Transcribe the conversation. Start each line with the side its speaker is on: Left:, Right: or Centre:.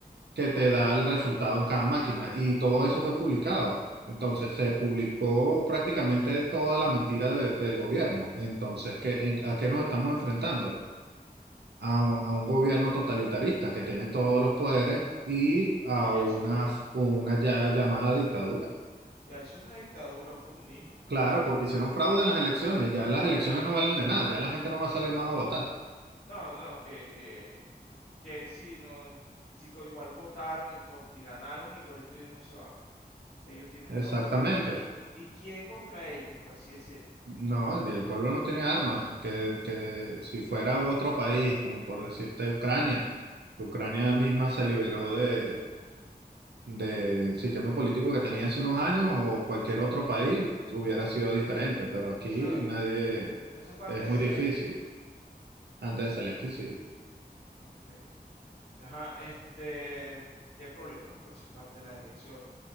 Right: que te da el resultado en cada máquina. Y todo eso fue publicado. Entonces se publicó prácticamente toda la mentira de- del gobierno. Entonces, ¿qué, en- ¿a qué nos estamos enfrentando? A, un a un gobierno totalitarista que tiene todos los poderes y a
Left: Y ya
Right: una,
Left: es,
Right: una ya llamada dictadura.
Left: ya es una dictadura, un comunismo.
Right: Claro, porque hicieron fraude en las elecciones. Ya las elecciones no valen de nada. Ya la gente no va a salir más a votar.
Left: No, no, que, que, que si no, si que igual votaron en contra y ganaron, igualito ellos no se van. Ellos tienen todo.
Right: Exactamente.
Left: ¿Y, qui- y, y quién contra ellos, por así decirlo?
Right: No, y el pueblo no tiene armas, que, que si fuera otro país, como por decirte Ucrania, Ucrania misma se liberó de, del sistema político que tenía hace unos años o cualquier otro país hubiera sido diferente, pero aquí
Left: Eso,
Right: nadie,
Left: eso fue antes
Right: es muy
Left: de Zelensky.
Right: difícil. Antes de Zelensky, sí.
Left: Ok. Ajá, este, ¿qué problema con esa parte de las elecciones?